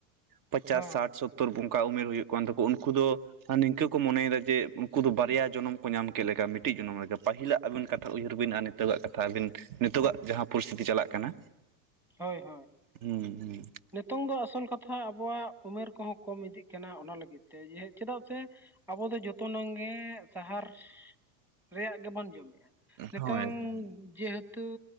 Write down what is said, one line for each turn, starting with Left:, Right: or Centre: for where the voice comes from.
Right: ᱯᱚᱪᱟᱥ,
Centre: ᱦᱳᱭ
Right: ᱥᱟᱴ, ᱥᱳᱛᱛᱳᱚᱨ ᱚᱱᱠᱟ ᱩᱢᱮᱨ ᱦᱩᱭᱩᱜ ᱠᱟᱱ ᱛᱟᱠᱚᱣᱟ, ᱩᱱᱠᱩ ᱫᱚ ᱦᱟᱱᱮ ᱤᱱᱠᱟᱹ ᱠᱚ ᱢᱚᱱᱮᱭᱮᱫᱟ ᱡᱮ ᱩᱱᱠᱩ ᱫᱚ ᱵᱟᱨᱭᱟ ᱡᱚᱱᱚᱢ ᱠᱚ ᱧᱟᱢ ᱠᱮᱫ ᱞᱮᱠᱟ ᱢᱤᱫᱴᱤᱡ ᱡᱚᱱᱚᱢ ᱞᱮᱠᱟ ᱯᱟᱹᱦᱤᱞᱟᱜ ᱟᱹᱵᱤᱱ ᱠᱟᱛᱷᱟ ᱩᱭᱦᱟᱹᱨ ᱵᱤᱱ ᱟᱨ ᱱᱤᱛᱚᱜᱼᱟᱜ ᱠᱟᱛᱷᱟ ᱟᱹᱵᱤᱱ ᱱᱤᱛᱚᱜᱟᱜ ᱡᱟᱦᱟᱸ ᱯᱚᱨᱤᱥᱛᱷᱤᱛᱤ ᱪᱟᱞᱟᱜ ᱠᱟᱱᱟ,
Centre: ᱦᱳᱭ ᱦᱳᱭ,
Right: ᱦᱮᱸ ᱦᱮᱸ᱾
Centre: ᱱᱤᱛᱚᱝ ᱫᱚ ᱟᱥᱚᱞ ᱠᱟᱛᱷᱟ ᱟᱵᱚᱣᱟᱜ ᱩᱢᱮᱨ ᱠᱚᱦᱚᱸ ᱠᱚᱢ ᱤᱫᱤᱜ ᱠᱟᱱᱟ ᱚᱱᱟ ᱞᱟᱹᱜᱤᱫ ᱛᱮ᱾ ᱡᱮ ᱪᱮᱫᱟᱜ ᱥᱮ ᱟᱵᱚ ᱫᱚ ᱡᱚᱛᱚᱱᱟᱝ ᱜᱮ ᱥᱟᱦᱟᱨ ᱨᱮᱭᱟᱜ ᱜᱮᱵᱚᱱ ᱡᱚᱢᱮᱫᱼᱟ᱾ ᱱᱤᱛᱚᱝ
Right: ᱦᱳᱭ ᱮᱠᱫᱚᱢ
Centre: ᱡᱮᱦᱮᱛᱩ ᱩᱛᱩ